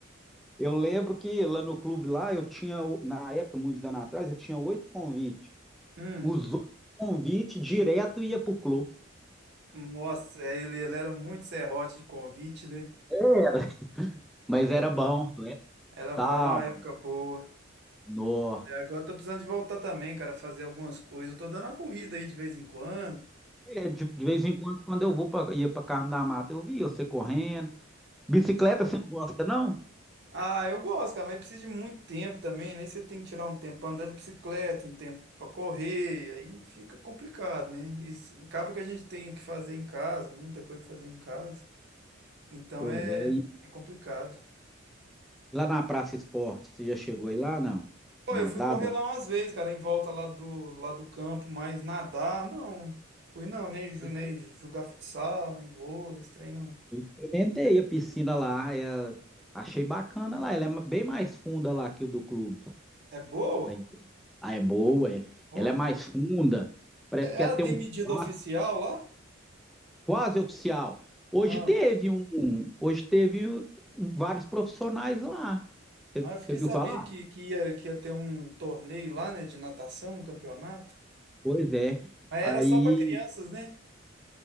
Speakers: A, in the centre; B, on the right.
A: Eu lembro que lá no clube lá eu tinha, o- na época, muitos anos atrás, eu tinha oito convites.
B: Hum,
A: Os oito convites direto ia pro clube.
B: nossa, é, ele, ele era muito serrote de convite, né?
A: Era. Mas
B: É,
A: era bom, né?
B: Era
A: Sal,
B: bom, era uma época boa.
A: nó.
B: E agora eu tô precisando de voltar também, cara, fazer algumas coisas. Eu tô dando uma corrida aí de vez em quando.
A: É, de, de vez em quando, quando eu vou pra, ia pra Carmo da Mata, eu via você correndo. Bicicleta você não gosta, não?
B: Ah, eu gosto, cara, mas precisa de muito tempo também, né? Aí Você tem que tirar um tempo pra andar de bicicleta, um tempo pra correr, aí fica complicado, né? E s- acaba que a gente tem que fazer em casa, muita coisa pra fazer em casa, então
A: Pois
B: é,
A: é. e
B: é complicado.
A: Lá na Praça Esporte, você já chegou aí lá, não?
B: Pô,
A: Nadada?
B: eu fui correr lá umas vezes, cara, em volta lá do, lá do campo, mas nadar, não. Fui não, nem, ju- nem
A: Eu
B: jogar futsal, nem vôlei, esse trem não.
A: experimentei a piscina lá, é, achei bacana lá. Ela é ma- bem mais funda lá que o do clube.
B: É boa?
A: da empresa. Ah, é boa, é-
B: Ó.
A: ela é mais funda, parece
B: É-
A: que
B: Ela
A: é ter
B: tem
A: um
B: medida
A: pla-
B: oficial lá?
A: quase oficial. Hoje
B: Ah.
A: teve um, um- hoje teve um- um, vários profissionais lá. Você
B: Ah, eu fiquei
A: você viu
B: sabendo
A: falar?
B: que, que, ia, que ia ter um torneio lá, né, de natação, um campeonato.
A: Pois é.
B: Mas era
A: Aí,
B: só para crianças, né?